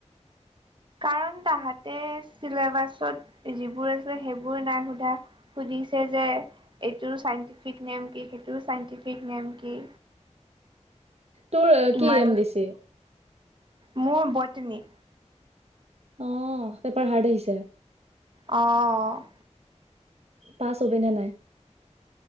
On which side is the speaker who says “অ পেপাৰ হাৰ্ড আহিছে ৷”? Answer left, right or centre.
Right